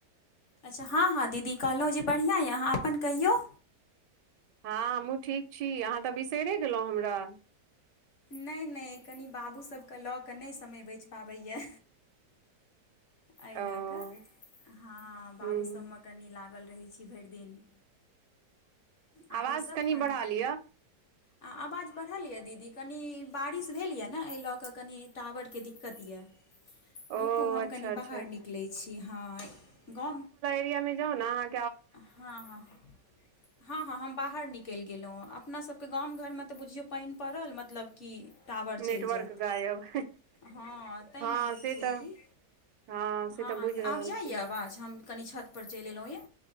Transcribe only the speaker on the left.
अच्छा हाँ-हाँ दीदी कहलौ जे बढ़ियाँ या आहाँ अपन कहियौ।
ने-ने कनि बाबू सबके लऽ कऽ नेय समय बच पाबै या। ऐ
लयक कऽ हाँ बाबूसबमे
कनि लागल रहै छी भेर दिन। आरो
सभ
खन
आ आवाज बढ़ल लियऽ दीदी कनि बारिश भेल या न एहि लऽ कऽ कनि टावरके दिक्कत या।
रुकू हम
कनि
बाहर निकलै छी हाँ गा
हाँ-हां। हाँ-हाँ हम बाहर निकेल गेलौ अपना सबके गांव घरमे तऽ बुझियौ पाइन पड़ल मतलब कि टावर
चेल जैयत
हाँ तेहिना
होइ
छैय
कि।
हाँ-हाँ
तऽ
आब जाइ
या आवाज हम कनि छत पर चेल एलौ या।